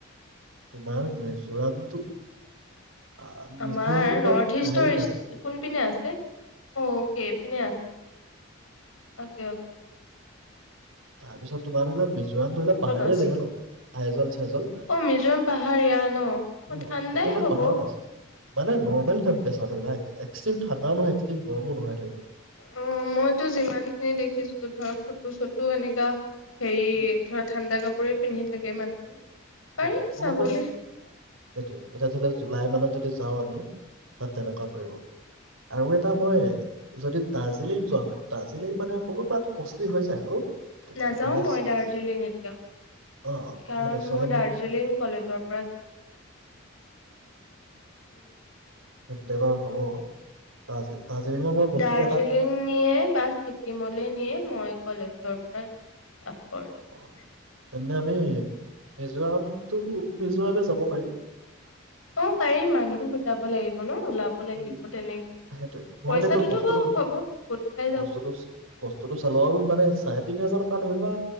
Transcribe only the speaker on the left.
আমাৰ
নৰ্থ ইষ্টৰ
কোনপিনে আছে অকে ইপিন আছে অকে অকে
আছে
মিজোৰাম পাহাৰীয়া ন
ঠাণ্ডাই
হ'ব
অ মইতো যিমান খিনি দেখিছো ধৰক ফটো চটো এনেকা হেৰি
ধৰা ঠাণ্ডা কাপোৰে পিন্ধি থাকে মানুহবোৰ
পাৰি চাবলৈ
নাযাও
মই
দাৰ্জিলিং এতিয়া
কাৰণ
মোৰ
দাৰ্জ দাৰ্জিলিং কলেজৰ পৰা যাম উ
দাৰ্জিলিং নিয়ে বা ছিকিমলৈ নিয়ে মই কলেজৰ পৰা যাম ষ্টাফৰ লগত
অ পাৰিম মানুহো গোটাব লাগিব ন ওলাব লাগিব
তেনেকে
পইচাটোতো
বাৰু
হ'ব গোট খাই যাব